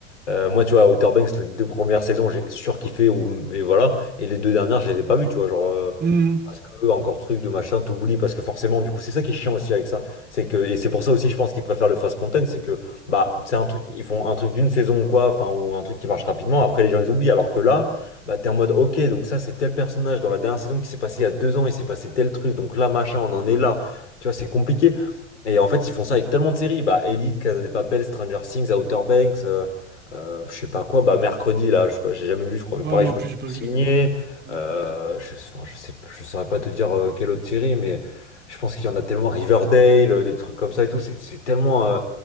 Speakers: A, on the left; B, on the right.
A: euh, moi, tu vois, Outer Banks, les deux premières saisons, j'ai surkiffé, ou, et voilà. Et les deux dernières, je les ai pas vues, tu vois. Genre, euh,
B: Mhm.
A: parce que, encore truc de machin, t'oublies, parce que forcément, du coup, c'est ça qui est chiant aussi avec ça. C'est que, et c'est pour ça aussi, je pense qu'ils préfèrent le fast content, c'est que, bah, c'est un truc, ils font un truc d'une saison ou quoi, enfin, ou un truc qui marche rapidement, après les gens les oublient, alors que là, bah, t'es en mode, ok, donc ça, c'est tel personnage dans la dernière saison qui s'est passé il y a deux ans, il s'est passé tel truc, donc là, machin, on en est là. Tu vois, c'est compliqué. Et en fait, ils font ça avec tellement de séries, bah, Elite, Casa de Papel, Stranger Things, Outer Banks, euh, euh, je sais pas quoi, bah, mercredi, là, je sais pas, j'ai jamais vu, je crois, mais
B: Ouais,
A: pareil,
B: bah, en
A: je crois
B: plus,
A: qu'ils
B: j'ai pas
A: ont signé.
B: vu. Mm.
A: Euh, je, enfin, je sais, je saurais pas te dire euh, quelle autre série, mais je pense qu'il y en a tellement Riverdale, euh, des trucs comme ça et tout. C'est c'est tellement euh,